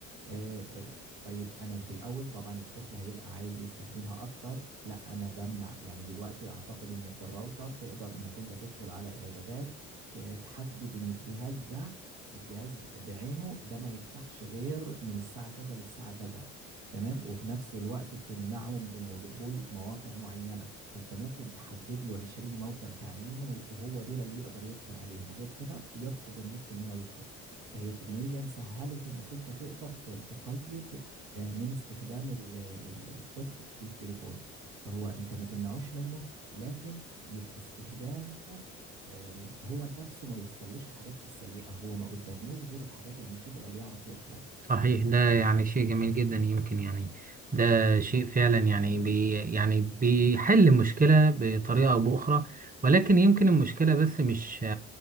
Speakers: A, on the right; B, on the right.
A: آه، آه، طيب انا في الاول طبعا الطفل هيبقى عايز يستخدمها اكتر لا انا بمنع يعني دلوقتي اعتقد ان في الراوتر تقدر انك انت تدخل على اعدادات ت- تحدد ان الجهاز ده الجهاز بعينه ده ما يفتحش غير من الساعة كذا للساعة كذا تمام وفي نفس الوقت تمنعه من دخول مواقع معينة فأنت ممكن تحدد له 20 موقع تعليمي وهو دول اللي يقدر يدخل عليهم غير كده يرفض النت إن هو يدخل فهي التكنولوجيا مسهلت إنك أنت تقدر ت- تقيد آه، من استخدام ال- ال- الطفل للتليفون فهو أنت ما تمنعوش منه لكن يبقى استخدامه آه، هو نفسه ما يوصلوش الحاجات السيئة هو ما قداموش غير الحاجات المفيدة اللي يعرف يدخل عليها
B: صحيح ده يعني شيء جميل جدا يمكن يعني ده شيء فعلا يعني بي يعني بيحل مشكلة بطريقة أو بأخرى ولكن يمكن المشكلة بس مش